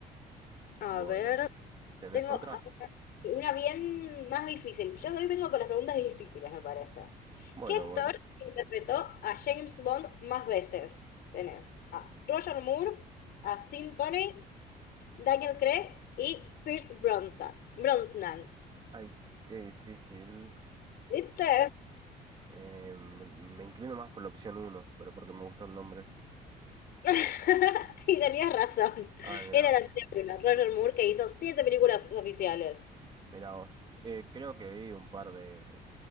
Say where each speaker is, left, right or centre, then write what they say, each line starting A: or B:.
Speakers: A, on the left; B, on the right.
A: A
B: Bueno,
A: ver,
B: ¿tenés
A: tengo
B: otras?
A: acá una bien más difícil. Yo hoy vengo con las preguntas difíciles, me parece.
B: Bueno,
A: ¿Qué actor
B: bueno.
A: interpretó a James Bond más veces? Tenés a Roger Moore, a Sean Connery Daniel Craig y Pierce Bronson. Brosnan.
B: Ay, qué difícil.
A: ¿Viste?
B: Eh, me me inclino más por la opción uno, pero porque me gustó el nombre.
A: <laughs> y tenías razón.
B: Ay, mira,
A: Era el artículo, Roger Moore, que hizo siete películas oficiales.
B: mira vos. Eh, creo que vi un par de,